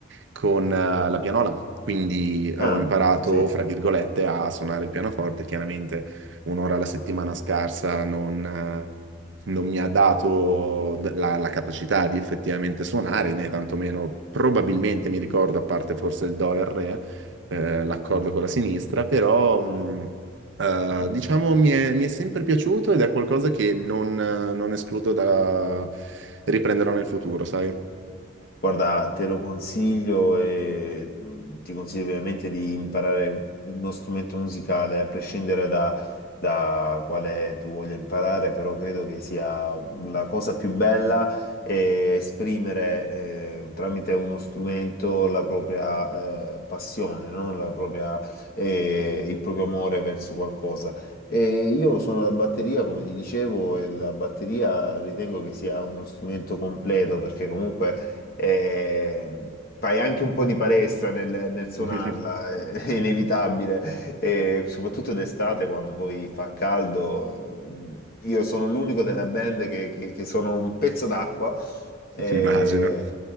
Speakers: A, on the right; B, on the left.
A: con, eh, la pianola. Quindi ho
B: ah,
A: imparato,
B: sì.
A: fra virgolette, a suonare il pianoforte, chiaramente un'ora alla settimana scarsa, non... eh, non mi ha dato d- la, la capacità di effettivamente suonare, né tantomeno probabilmente mi ricordo, a parte forse il Do e il Re, eh, l'accordo con la sinistra, però mh, eh,
B: Mm.
A: diciamo mi è, mi è sempre piaciuto ed è qualcosa che non, non escludo da riprenderò nel futuro, sai?
B: Guarda, te lo consiglio e mh, ti consiglio ovviamente di imparare uno strumento musicale, a prescindere da, da quale tu voglia imparare, però credo che sia la cosa più bella è esprimere eh, tramite uno strumento la propria eh, passione, no? La propria, eh, il proprio amore verso qualcosa. E io sono la batteria, come ti dicevo, e la batteria ritengo che sia uno strumento completo perché comunque eh, fai anche un po' di palestra nel, nel suonarla,
A: <laughs>
B: è <laughs> inevitabile, e soprattutto d'estate quando poi fa caldo. mm, Io sono l'unico della band che, che- che sono un pezzo d'acqua. eh,
A: Immagino.